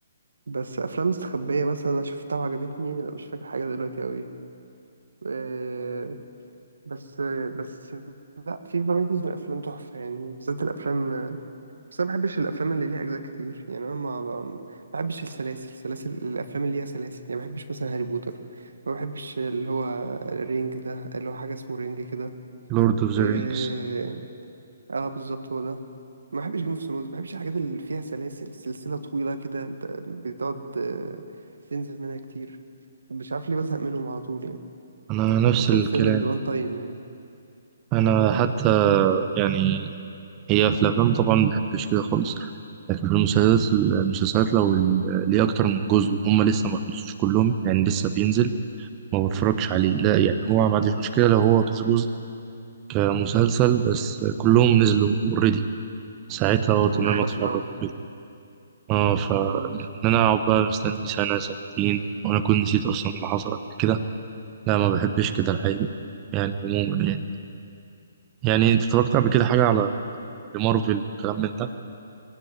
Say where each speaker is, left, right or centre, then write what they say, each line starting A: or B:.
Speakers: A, on the right; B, on the right.
A: بس أفلام مستخبية مثلا أنا شفتها وعجبتني لا مش فاكر حاجة دلوقتي قوي آه، بس بس لا في فرايتيز من الأفلام تحفة يعني بالذات الأفلام بس انا ما بحبش الافلام اللي ليها اجزاء كتير يعني انا ما ب- ما بحبش السلاسل سلاسل الافلام اللي ليها سلاسل يعني ما بحبش مثلا هاري بوتر ما بحبش اللي هو رينج ده اللي هو حاجه اسمه رينج كده
B: لورد أوف ذا
A: إيه...
B: رينجز
A: اه بالظبط هو ده ما بحبش جيم اوف ثرونز ما بحبش الحاجات اللي فيها سلاسل سلسله طويله كده انت بتقعد آه، تنزل منها كتير مش عارف ليه بزهق منهم على طول يعني
B: أنا
A: بحب
B: نفس
A: اكتر
B: الكلام
A: الفيلم اللي وان تايم يعني
B: أنا
A: اه
B: حتى يعني هي في الأفلام طبعا مبحبش كده خالص لكن في المسلسلات المسلسلات لو ال- ليه أكتر من جزء وهم لسه ما خلصوش كلهم يعني لسه بينزل ما بتفرجش عليه لا يعني هو ما عنديش مشكلة لو هو كذا جزء كمسلسل بس كلهم نزلوا اوريدي ساعتها اه تمام
A: تمام أيوة.
B: اتفرج
A: حصل اهو
B: كده اه ف ان
A: مم.
B: انا اقعد بقى مستني سنة سنتين وانا كنت نسيت اصلا اللي حصل قبل كده لا ما بحبش كده الحقيقة يعني عموما يعني يعني انت اتفرجت قبل كده حاجة على مارفل والكلام من ده